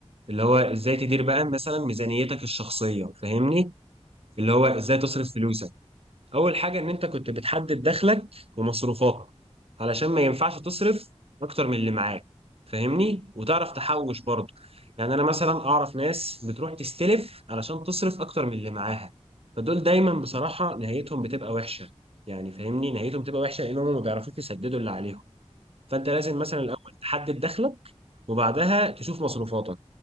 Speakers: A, on the right; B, on the left.
A: اللي هو ازاي تدير
B: اه
A: بقى مثلا ميزانيتك الشخصية فاهمني؟ اللي هو ازاي
B: اه
A: تصرف فلوسك اول حاجه ان انت كنت بتحدد دخلك ومصروفاتك علشان ما ينفعش تصرف اكتر من اللي معاك فاهمني وتعرف
B: اه
A: تحوش برضه يعني انا مثلا اعرف ناس بتروح تستلف علشان تصرف اكتر من اللي معاها فدول دايما بصراحه نهايتهم بتبقى وحشه يعني فاهمني نهايتهم بتبقى وحشه لانهم ما بيعرفوش يسددوا اللي عليهم فانت لازم
B: صح
A: مثلا الاول تحدد دخلك وبعدها تشوف مصروفاتك